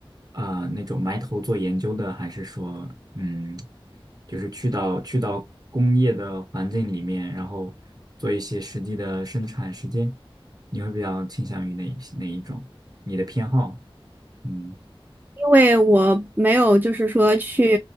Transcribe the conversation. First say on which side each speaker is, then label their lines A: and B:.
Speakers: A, on the right; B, on the right.
A: 呃，那种埋头做研究的，还是说，嗯，就是去到去到工业的环境里面，然后做一些实际的生产时间？你会比较倾向于哪一哪一种？你的偏好？嗯
B: 因为我没有就是说去